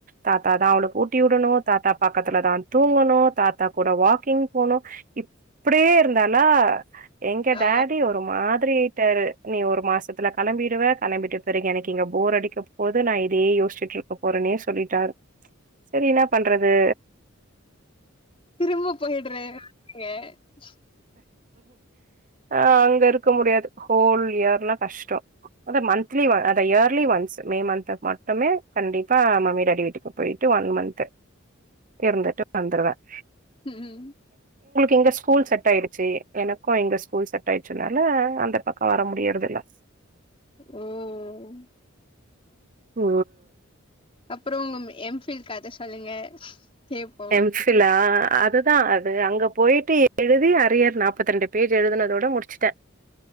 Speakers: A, on the right; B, on the left.
A: தாத்தாதா அவளுக்கு ஊட்டி விடணும் தாத்தா பக்கத்துலதா தூங்கணும் தாத்தா கூட வாக்கிங் போணும் இப்படியே இருந்தாலா எங்க
B: ஆ
A: டாடி ஒரு மாதிரி யிட்டாரு நீ ஒரு மாசத்துல கிம்பிடுவே கிளம்பிட்டு பிறகு எனக்கு இங்க போர் அடிக்க போது நான் இதே யோசிச்சுட்டு இருக்க போறேன்னே சொல்லிட்டரு சரி என்ன பண்றது
B: திரும்ப போயிடுறங்க <unintelligible>
A: அ அங்க இருக்க முடியாது ஹோல் இயர் எல்லாம் கஷ்டம் அத மந்த்லி அத இயர்லி ஒன்ஸ் மே மந்த்து மட்டுமே கண்டிப்பா மம்மி டாடி வீட்டுக்கு போயிட்டு ஒன் மந்த் இருந்துட்டு வந்துருவேன்
B: ம்.
A: இங்க ஸ்கூல் சட் செட் ஆயிடுச்சு எனக்கும் எங்க ஸ்கூல் செட் ஆயிடுச்சுனால அந்த பக்கம் வர முடியறது இல்ல
B: ம்.
A: ஓ
B: அப்புறம் உங்க எம்ஃபில் கதை சொல்லுங்க கேட்போம்.
A: எம்பிலா அதுதான் அது அங்க போயிட்டு எழுதி அரியர் நாற்பத்தி ரெண்டு பேஜ் எழுதினதோட முடிச்சுட்டேன்